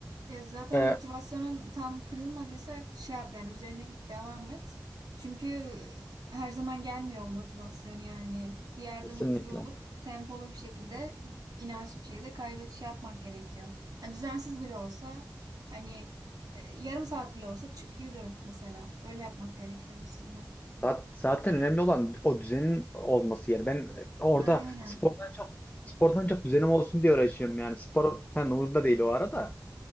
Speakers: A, on the right; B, on the left.
A: Ya zaten
B: E,
A: motivasyonun tam kırılmadıysa şey yap yani üzerine git devam et. Çünkü her zaman gelmiyor o motivasyon yani. Bir yerde
B: kesinlikle.
A: motive olup tempolu bir şekilde inançlı bir şekilde kaybet şey yapmak gerekiyor. Yani düzensiz bile olsa hani e, yarım saat bile olsa çık yürü mesela. Öyle yapmak gerekiyor aslında.
B: Zat- Zaten önemli olan o düzenin olması yani. Ben orada
A: Aynen.
B: spordan çok spordan çok düzenim olsun diye uğraşıyorum yani. Spor falan umurumda değil o arada.